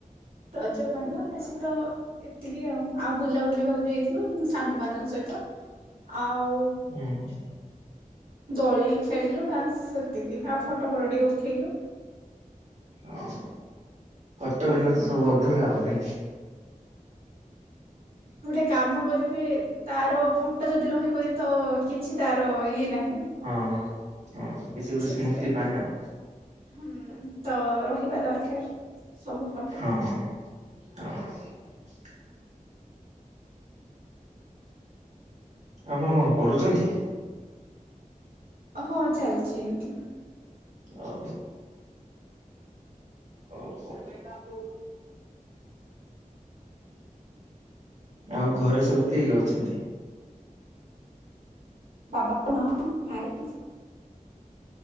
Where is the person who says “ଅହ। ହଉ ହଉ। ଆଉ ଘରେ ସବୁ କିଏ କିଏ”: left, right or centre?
Right